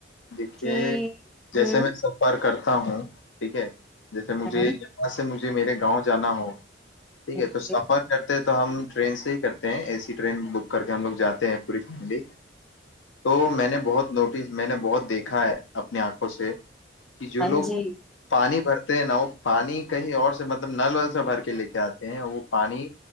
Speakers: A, on the left (about 80°); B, in the centre.
A: دیکھیے
B: کہ
A: جیسے
B: ہوں
A: میں سفر کرتا ہوں ٹھیک ہے جیسے مجھے
B: ہاں
A: یہاں سے مجھے <unintelligible> میرے گاؤں جانا ہو <unintelligible> ٹھیک ہے
B: جی
A: تو سفر کرتے <unintelligible> ہم ٹرین سے ہی کرتے ہیں ای سی ٹرین بک کر کے ہم لوگ جاتے ہیں پوری فیملی تو میں نے بہت نوٹس میں نے بہت دیکھا ہے اپنی آنکھوں سے کہ جو
B: ہاں
A: لوگ
B: جی
A: پانی بھرتے ہیں نا وہ پانی کہیں اور سے مطلب نل ول سے بھر کے لے کے آتے ہیں وہ پانی